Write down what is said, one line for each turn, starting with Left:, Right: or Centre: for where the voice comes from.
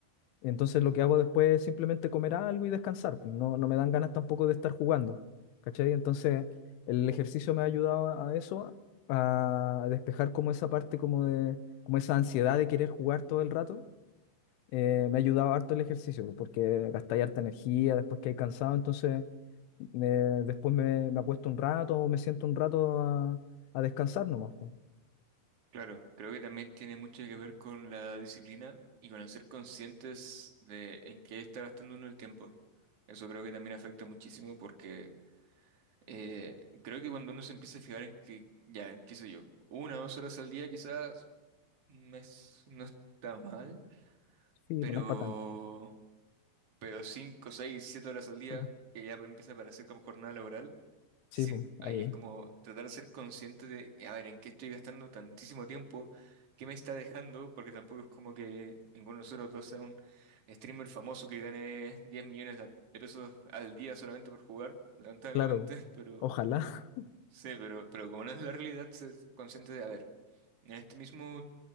Left: entonces lo que hago después es simplemente comer algo y descansar. pues, No, no me dan ganas tampoco de estar jugando. ¿Cachai? Entonces el ejercicio me ha ayudado a a eso, a despejar como esa parte como de, como esa ansiedad de querer jugar todo el rato. Eh, me ha ayudado harto el ejercicio, pues, porque gastáis harta energía después que hay cansado, entonces me- después me, me acuesto un rato o me siento un rato a, a descansar nomás. pues.
Right: Claro, creo que también tiene mucho que ver con la disciplina y con el ser conscientes de en qué está gastando uno el tiempo. Eso creo que también afecta muchísimo porque Eh, creo que cuando uno se empieza a fijar en que, ya, qué sé yo, una o dos horas al día quizás no es- no está mal,
Left: Sí,
Right: pero,
Left: pues no es para tanto.
Right: pero cinco, seis, siete horas al día,
Left: <clears throat>
Right: que ya empieza a parecer como jornada laboral,
Left: Sí,
Right: sí,
Left: pues
Right: ahí
Left: ahí,
Right: es como tratar de ser consciente de, a ver, en qué estoy gastando tantísimo tiempo, qué me está dejando, porque tampoco es como que ninguno de nosotros dos sea un streamer famoso que gane 10 millones de de pesos al día solamente por jugar, lamentablemente,
Left: claro.
Right: <laughs> pero...
Left: Ojalá.
Right: Sí, pero, pero como no es la realidad, ser consciente de, a ver, en este mismo